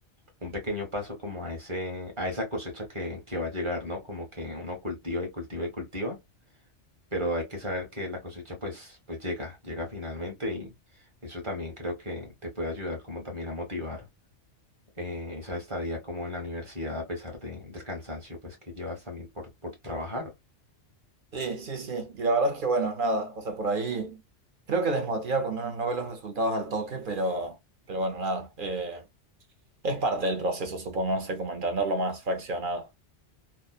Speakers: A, on the right; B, on the right.
A: un pequeño paso como a ese, a esa cosecha que, que va a llegar, ¿no? Como que uno cultiva y cultiva y cultiva, pero hay que saber que la cosecha pues, pues llega, llega finalmente y eso también creo que te puede ayudar como también a motivar eh, esa estadía como en la universidad a pesar de, del cansancio pues que llevas también por, por trabajar.
B: Sí, sí, sí. Y la verdad es que, bueno, nada. O sea, por ahí creo que desmotiva cuando uno no ve los resultados al toque, pero, pero bueno, nada. eh, es parte del proceso, supongo, no sé, como entenderlo más fraccionado.